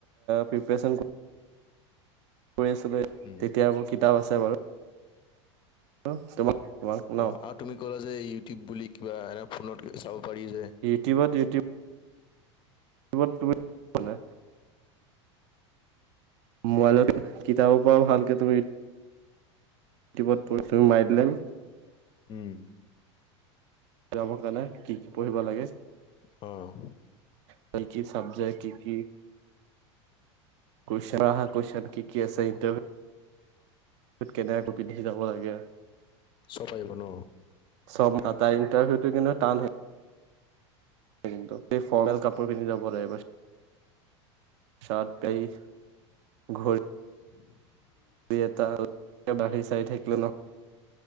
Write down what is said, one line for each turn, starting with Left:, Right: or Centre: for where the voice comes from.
Right: প্ৰিপৰে্যন কৰি <unintelligible>
Left: উম।
Right: তেতিয়াৰ মোৰ কিতাপ আছে বাৰু। <unintelligible> ন
Left: অ' আৰু তুমি ক'লা যে ইউটিউব বুলি কিবা এনে ফোনত চাব পাৰি যে।
Right: ইউটিবত ইউটি বত তুমি <unintelligible> মানে। মোবাইলত কিতাপৰ পৰাও ভালকৈ তুমি <unintelligible> ইউটিউবত পঢ়ি তুমি মাৰি দিলে
Left: উমঁ'।
Right: একজামৰ কাৰণে কি কি পঢ়িব লাগে।
Left: অঁ।
Right: বল্কি চাবজেক্ট কি কি? কৈশন আহ' কেশচ্চন কি কি আছে ইনটাভিউ <unintelligible> কেনে আকৌ পিন্ধি যাব লাগে।
Left: চ'ব আহিব ন?
Right: চব তাৰ তাই ইণ্টাৰভিউটো কিন্তু টান কিন্তু সেই ফৰ্মেল কাপোৰ পিন্ধি যাব লাগিব। চাৰ্ট হেৰি ঘড়ী।
Left: <inaudible>
Right: দুই এটাৰ বাঢ়ি চাই থাকিলে ন।